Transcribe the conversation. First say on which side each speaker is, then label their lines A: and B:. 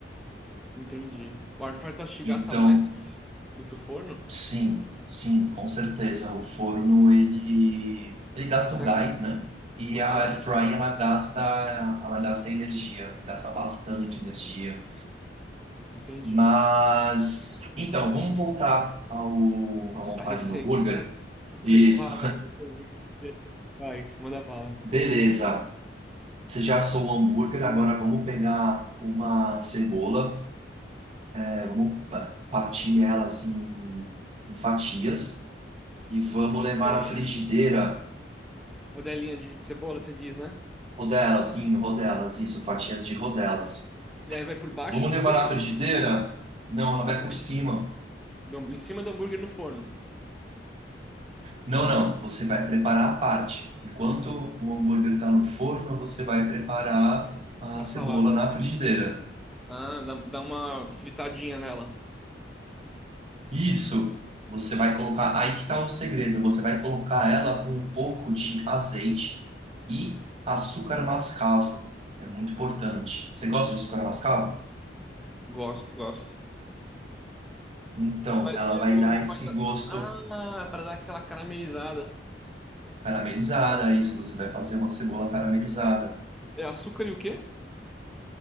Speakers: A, in the centre; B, on the right (about 35°).
A: Entendi. O air fry tu acha que
B: Então,
A: gasta mais do que, do que o forno?
B: sim, sim, com certeza. O forno, ele, ele gasta
A: Por ser,
B: o gás, né? E
A: por
B: a
A: ser
B: air
A: a gás,
B: fry,
A: né?
B: ela gasta, ela gasta energia, gasta bastante energia.
A: Entendi.
B: Mas, então, vamos voltar ao, à montagem
A: A receita,
B: do hambúrguer?
A: né? <laughs> Pra preparar
B: Isso.
A: esse hambúrguer. Vai, manda bala.
B: <laughs> Beleza. Você já assou o hambúrguer, agora vamos pegar uma cebola, é, vamos pa- partir ela assim em fatias e vamos levar
A: Rodelinha?
B: na frigideira
A: Rodelinha de, de cebola, você diz, né?
B: Rodelas, em rodelas, isso, fatias de rodelas.
A: E aí vai por baixo
B: Vamos
A: do
B: levar
A: hambúrguer,
B: na frigideira?
A: Sim.
B: Não, ela vai
A: vai pra
B: por
A: frigideira.
B: cima.
A: Em cima do hambúrguer no forno.
B: Não, não, você vai preparar a parte. Enquanto o hambúrguer está no forno, você vai preparar a
A: A
B: cebola
A: salada.
B: na frigideira.
A: Ah, dá, dá uma fritadinha nela.
B: Isso, você vai colocar. Aí que tá o segredo. Você vai colocar ela com um pouco de azeite e açúcar mascavo. É muito importante. Você gosta de açúcar mascavo?
A: Gosto, gosto.
B: Então,
A: Mas,
B: ela
A: mas
B: vai
A: o-
B: dar
A: não
B: esse
A: vai dar.
B: gosto
A: Ah, é pra dar aquela caramelizada.
B: caramelizada, aí se você vai fazer uma cebola caramelizada.
A: É açúcar e o quê?